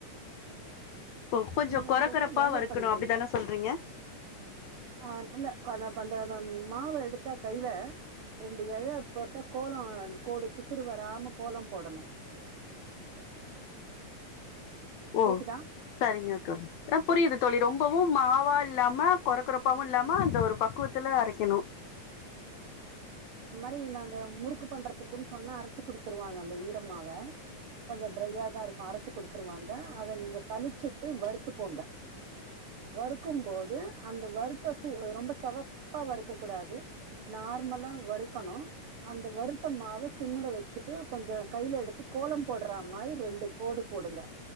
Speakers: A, on the left; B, on the right.
A: ஒ கொஞ்சோ
B: நீங்க அங்க
A: கொரகொரப்பா
B: எதோ வேல
A: வறுக்கணு
B: பண்றீங்க
A: அப்டிதான சொல்றீங்க
B: ஆ இல்ல <unintelligible> அந்த மாவ எடுத்தா கைல ரெண்டு எல போட்டா கோலம் கோடு பிசுறு வராம கோலம் போடணு
A: ஒ
B: கேக்குதா
A: சரிங்க தோழி ஆ புரியிது தோழி ரொம்பவும் மாவா இல் இல்லாம கொரகொரப்பாவு இல்லாம அந்த ஒரு பக்குவத்துல அரைக்கணு
B: சி நாங்க முறுக்கு பண்றதுக்குன்னு சொன்னா அரச்சு குடுத்துருவாங்க அந்த ஈரமாவ கொஞ்ச ட்ரையாதாருக் அரச்சு குடுத்துருவாங்க அத நீங்க சலிச்சி ட்டு வறுத்துக்கோங்க வறுக்கும் போது அந்த வறுத்த சு ரொம்ப செவப்பா வறுக்க கூடாது நார்மலா வறுக்கணு அந்த வறுத்தமாவ சிம்முல வச்சுட்டு கொஞ்ச கையில எடுத்து கோலம் போட்ற மாரி ரெண்டு கோடு போடுங்க